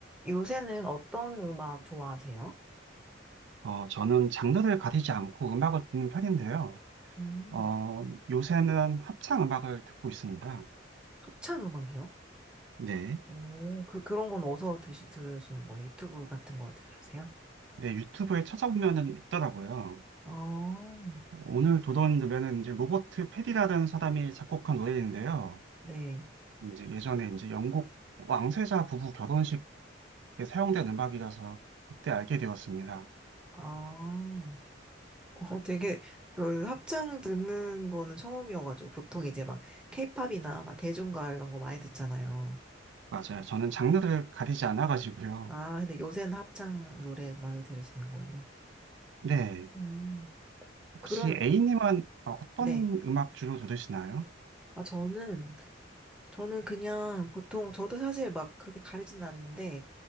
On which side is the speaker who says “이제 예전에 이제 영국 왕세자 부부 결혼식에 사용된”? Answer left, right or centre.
Right